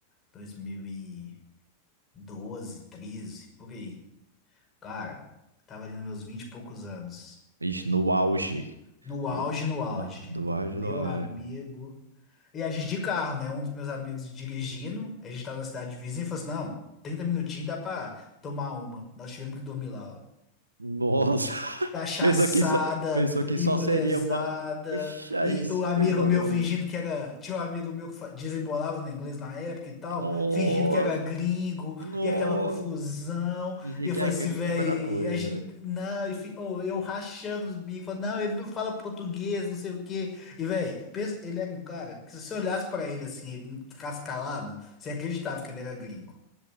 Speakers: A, on the left; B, on the right.
A: dois mil e doze, treze. por aí. Cara, eu tava ali nos meus 20 e poucos anos.
B: Ixi, no auge.
A: No auge,
B: No,
A: no auge.
B: no, do auge,
A: Meu
B: do auge.
A: amigo. E a gente de carro, né? Um dos meus amigos dirigindo, a gente tava na cidade vizinha e falou assim: não, 30 minutinhos dá pra tomar uma. Nós tivemos que dormir lá.
B: Nossa! <laughs>
A: cachaçada
B: Pensou que só, pensou que
A: e
B: só
A: mulherzada.
B: seria uma. Oxa, aí,
A: E
B: que
A: o amigo
B: coisa
A: meu
B: boa.
A: fingindo que era. Tinha um amigo meu que fa- desembolava no inglês na época e tal,
B: Nossa!
A: fingindo que era gringo
B: Nossa!
A: e aquela confusão.
B: Pensei
A: E eu
B: que
A: falei
B: a gringa
A: assim, velho,
B: é a melhor
A: e
B: coisa,
A: a gente.
B: velho.
A: Não, e fi- ô, eu rachando os bicos, falando, não, ele não fala português, não sei o quê. E, velho, ele era um cara que se você olhasse pra ele assim, ele cascalado, você acreditava que ele era gringo.